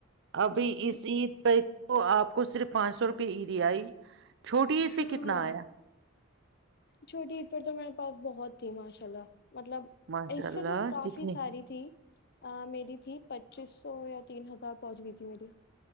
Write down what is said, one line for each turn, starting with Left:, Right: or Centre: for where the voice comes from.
Right: ابھی
Left: جی جی
Right: اس عید پہ تو آپ کو صرف پانچ سو روپئے اییریائی چھوٹی پہ
Left: ہاں
Right: کتنا آیا
Left: چھوٹی عید پر تو میرے پاس بہت تھی ماشاءلہ مطلب
Right: ماشاء
Left: اس
Right: اللہ
Left: سے تو کافی
Right: کتنی
Left: ساری تھی میری تھی پچیس سو یا تین ہزار پہنچ گئی تھی میری